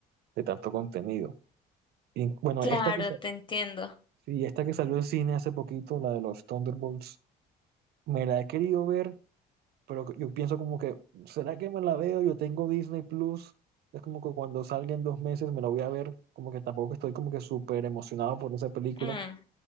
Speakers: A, on the right; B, on the left.
A: de tanto contenido. Y bueno,
B: claro,
A: esta que, sa-
B: te entiendo.
A: sí, esta que salió en cine hace poquito, la de los Thunderbolts, me la he querido ver, pero yo pienso como que, ¿será que me la veo? Yo tengo Disney Plus, es como que cuando salga en dos meses me la voy a ver, como que tampoco estoy como que súper emocionado por esa película,
B: Mm.